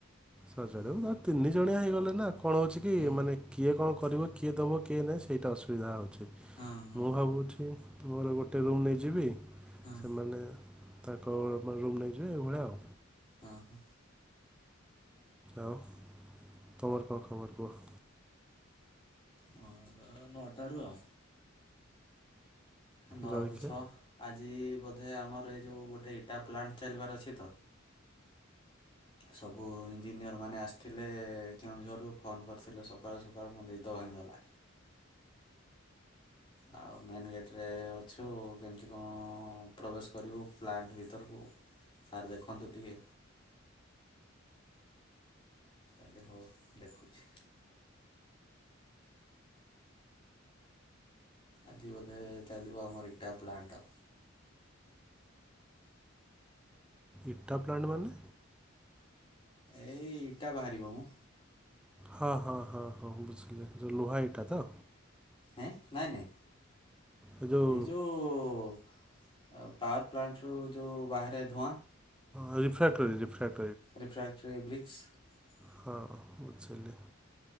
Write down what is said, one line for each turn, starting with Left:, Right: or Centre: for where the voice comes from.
Centre: ସ
Left: ହୁଁ
Centre: ତିନି ଜଣିଆ ହେଇଗଲେ ନା କଣ ହଉଛି କି
Left: ହୁଁ
Centre: ମାନେ କିଏ କଣ କରିବ କିଏ ଦେବ କିଏ ନାହିଁ ସେଇଟା ଅସୁବିଧା ହେଉଛି।
Left: ହଁ ହଁ
Centre: ମୁଁ ଭାବୁଛି। ମୋର ଗୋଟେ ରୁମ୍ ନେଇଯିବି।
Left: ହଁ
Centre: ସେମାନେ। ତାଙ୍କ ରୁମ୍ ନେଇଯିବେ ଏଇଭଳିଆ ଆଉ।
Left: ହଁ ହଁ।
Centre: ଆଉ ତୁମର କଣ ଖବର କୁହ।
Left: ମୋର ନଅଟାରୁ ଆଉ। ନଅରୁ
Centre: ଜଳଖିଆ
Left: ଛଅ ଆଜି। ବୋଧେ ଆମର ଏଇ ଯୋଉ ଗୋଟେ ଇଟା ପ୍ଲାଣ୍ଟ ଚାଲିବାର ଅଛି ତ ସବୁ ଇଞ୍ଜିନିୟର ମାନେ ଆସିଥିଲେ କେଉଁଝୋରରୁ ଫୋନ କରିଥିଲେ ସକାଳୁ ସକାଳୁ ମୋ ନିଦ ଭାଙ୍ଗିଗଲା। ଆଉ ମେନ୍ ଗେଟରେ ଅଛୁ କେମିତି କଣ ପ୍ରବେଶ କରିବୁ ପ୍ଲାଣ୍ଟ ଭିତରକୁ ସାର୍ ଦେଖନ୍ତୁ ଟିକେ। ଆରେ ହଉ ଦେଖୁଛି। ଆଜି ବୋଧେ ଚାଲିଭ ଆମର ଇଟା ପ୍ଲାଣ୍ଟ।
Centre: ଇଟା ପ୍ଲାଣ୍ଟ ମାନେ।
Left: ଏଇ ଇଟା ବାହାରିବ ମଁ।
Centre: ହଁ ହଁ ହଁ ହଁ ବୁଝିଲି ଲୁହାଇଟା ତ।
Left: ଏଁ ନାଇଁ ନାଇଁ।
Centre: ଏ ଯେଉଁ
Left: ଏଇ ଯୋଉ। ପାୱାର ପ୍ଲାଣ୍ଟ ରୁ ଯୋଉ ବାହାରେ। ଧୂଆଁ।
Centre: ହ ରିଫ୍ରାକ୍ଟ କରି ରିଫ୍ରାକ୍ଟ।
Left: ରିଫ୍ରାଏ ଫର ଏଭ୍ରି। <inaudible>
Centre: ହଁ ବୁଝିଲେ